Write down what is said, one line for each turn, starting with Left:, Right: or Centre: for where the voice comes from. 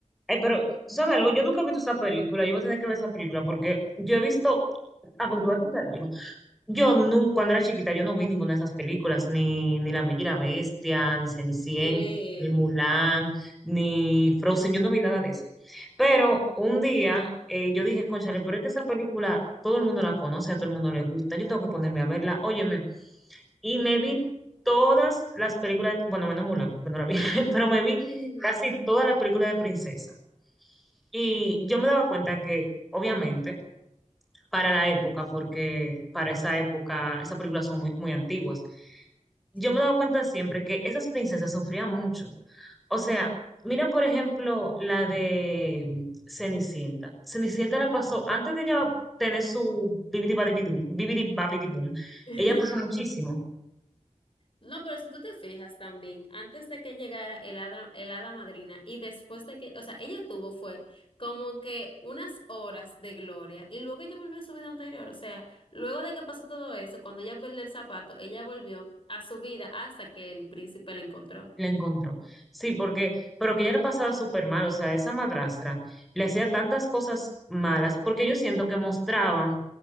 Centre: ay, pero, ¿tú sabes algo? Yo nunca he visto esa película. Yo voy a tener que ver esa película porque yo he visto... Ah, porque te voy a contar algo. Yo nunca, cuando era chiquita, yo no vi ninguna de esas películas, ni, ni La Bella y la Bestia, ni Cenicienta,
Left: Que
Centre: ni Mulan, ni Frozen, yo no vi nada de eso. Pero un día eh, yo dije, cónchale, pero es que esa película todo el mundo la conoce, a todo el mundo le gusta, yo tengo que ponerme a verla, óyeme. Y me vi todas las películas, de- bueno, menos Mulan, que no la vi, <laughs> pero me vi
Left: <laughs>
Centre: casi todas las películas de princesa. Y yo me daba cuenta que, obviamente, para la época, porque para esa época esas películas son muy, muy antiguas. Yo
Left: Sí.
Centre: me he dado cuenta siempre que esas princesas sufrían mucho. O sea, mira por ejemplo la de Cenicienta. Cenicienta la pasó antes de ella tener su bibidi babidi boom, bibidi babidi boom,
Left: <laughs>
Centre: ella pasó muchísimo.
Left: No, pero si tú te fijas también, antes de que llegara el hada, el hada madrina y después de que, o sea, ella tuvo fue como que unas horas de gloria y luego ella volvió a su vida anterior, o sea, luego de que pasó todo eso, cuando ella perdió el zapato, ella volvió a su vida hasta que el príncipe la encontró.
Centre: La encontró. Sí, porque, pero que ella la pasaba súper mal, o sea, esa madrastra le hacía tantas cosas malas, porque yo siento que mostraban,